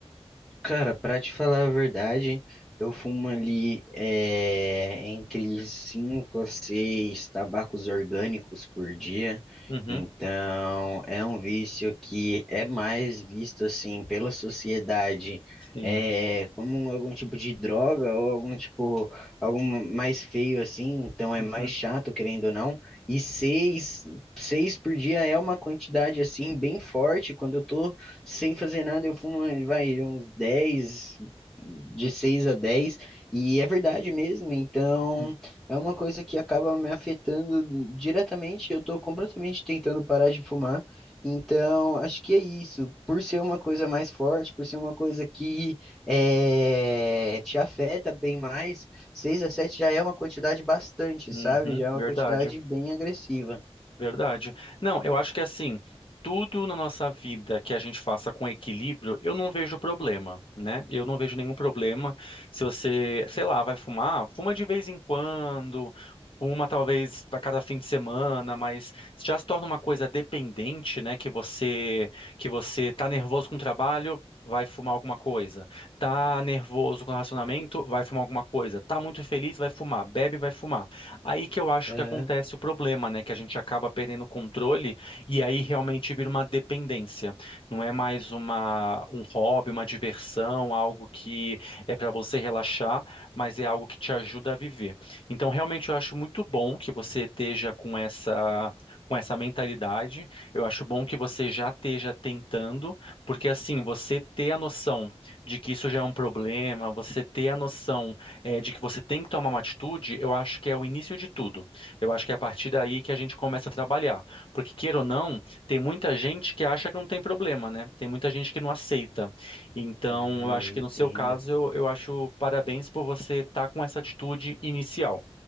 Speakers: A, in the centre; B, on the left.
A: Cara, pra te falar a verdade, eu fumo ali eh, entre 5 a 6 tabacos orgânicos por dia.
B: Uhum,
A: Então, é um vício que é mais visto assim pela sociedade
B: sim.
A: eh, como algum tipo de droga ou algum tipo, algum mais feio assim. Então, é
B: Uhum,
A: mais chato, querendo ou não. E seis, seis por dia é uma quantidade assim bem forte quando eu tô sem fazer nada, eu fumo, vai, uns dez de 6 a dez e é verdade mesmo, então
B: uhum,
A: é uma coisa que acaba me afetando diretamente, eu tô completamente tentando parar de fumar, então acho que é isso, por ser uma coisa mais forte, por ser uma coisa que é, te afeta bem mais, 6 a 7 já é uma quantidade bastante,
B: uhum,
A: sabe?
B: uhum,
A: Já é uma
B: verdade.
A: quantidade bem agressiva.
B: Verdade. Não, eu acho que assim, tudo na nossa vida que a gente faça com equilíbrio, eu não vejo problema, né? Eu não vejo nenhum problema se você, sei lá, vai fumar, fuma de vez em quando, fuma talvez a cada fim de semana, mas já se torna uma coisa dependente, né? Que você que você tá nervoso com o trabalho, vai fumar alguma coisa. Tá nervoso com o relacionamento, vai fumar alguma coisa. Tá muito feliz, vai fumar. Bebe, vai fumar. Aí que eu acho
A: Aham.
B: que acontece o problema, né? Que a gente acaba perdendo o controle e aí realmente vira uma dependência. Não é mais uma, um hobby, uma diversão, algo que é para você relaxar, mas é algo que te ajuda a viver. Então, realmente, eu acho muito bom que você esteja com essa, com essa mentalidade. Eu acho bom que você já esteja tentando, porque assim, você ter a noção de que isso já é um problema, você ter a noção é, de que você tem que tomar uma atitude, eu acho que é o início de tudo. Eu acho que é a partir daí que a gente começa a trabalhar. Porque, queira ou não, tem muita gente que acha que não tem problema, né? Tem muita gente que não aceita. Então,
A: Não,
B: eu acho
A: entenda.
B: que no seu caso, eu, eu acho parabéns por você estar com essa atitude inicial.